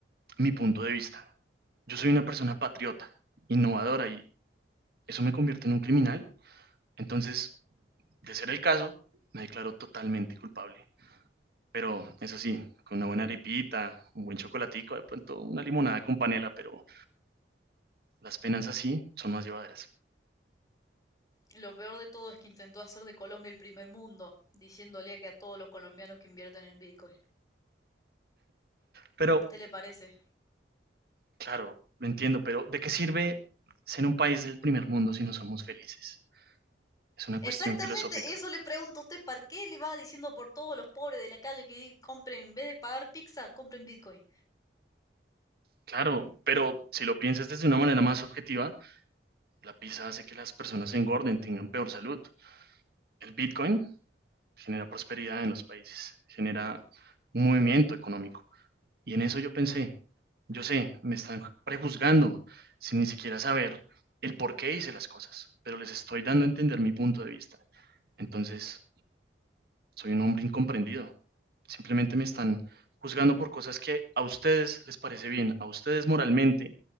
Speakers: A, on the right; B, on the left.
A: mi punto de vista. Yo soy una persona patriota, innovadora y eso me convierte en un criminal. Entonces, de ser el caso, me declaro totalmente culpable. Pero eso sí, con una buena arepita, un buen chocolatico, de pronto una limonada con panela, pero las penas así son más llevaderas.
B: Lo peor de todo es que intentó hacer de Colombia el primer mundo, diciéndole que a todos los colombianos que invierten en Bitcoin.
A: Pero,
B: ¿A usted le parece?
A: claro, lo entiendo, pero ¿de qué sirve ser un país del primer mundo si no somos felices? Es una cuestión
B: Exactamente,
A: filosófica.
B: eso le pregunto a usted, ¿para qué le va diciendo por todos los pobres de la calle que compren, en vez de pagar pizza, compren Bitcoin?
A: Claro, pero si lo piensas desde una manera más objetiva, La pizza hace que las personas engorden, tengan peor salud. El Bitcoin genera prosperidad en los países, genera un movimiento económico. Y en eso yo pensé, yo sé, me están prejuzgando sin ni siquiera saber el por qué hice las cosas, pero les estoy dando a entender mi punto de vista. Entonces, soy un hombre incomprendido. Simplemente me están juzgando por cosas que a ustedes les parece bien, a ustedes moralmente